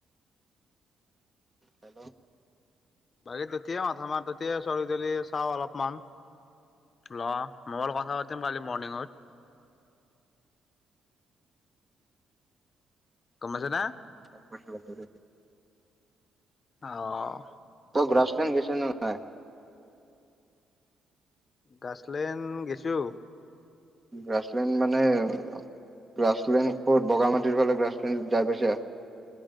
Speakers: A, on the right (about 20°); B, on the left (about 45°).
A: হেল্ল'
B: বাকী তেতিয়াই মাথা মাৰ। তেতিয়াই ছোৱালী টোৱালি চাওঁ অলপমান। লোৱা মৰ কথা পাতিম কালি মৰ্ণিঙত গম পাইছ না?
A: গম পাইছোঁ, গম পাইছোঁ।
B: অ'।
A: অ গ্ৰাছ <unintelligible>
B: গ্ৰাছলেণ্ড গেছো।
A: গ্ৰাছলেণ্ড মানে গ্ৰাছলেণ্ড ক'ত? বগামাটিৰ ফালে গ্ৰাছলেণ্ড যাই পাইছা?